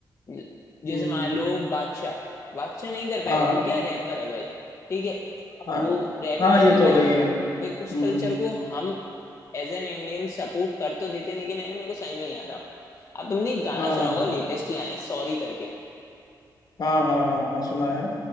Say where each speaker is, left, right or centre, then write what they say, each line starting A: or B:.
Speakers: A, on the left; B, on the left.
A: ज- जैसे
B: हम्म,
A: मान लो बादशाह बादशाह नहीं कर पाएगा
B: हाँ हाँ
A: वो क्या है रैपर है भाई ठीक है
B: हाँ
A: वो रैपिंग
B: हाँ
A: करता
B: ये
A: है
B: तो
A: भाई
B: है ही है हम्म
A: भाई उस कल्चर को हम एज एन इंडियन सपोर्ट कर तो देते हैं लेकिन है ना मेरे को समझ में नहीं आता अब तुमने एक गाना
B: हाँ
A: सुना होगा
B: हाँ
A: लेटेस्ट ही आया है सॉरी करके
B: हाँ हाँ हाँ हाँ हाँ, सुना है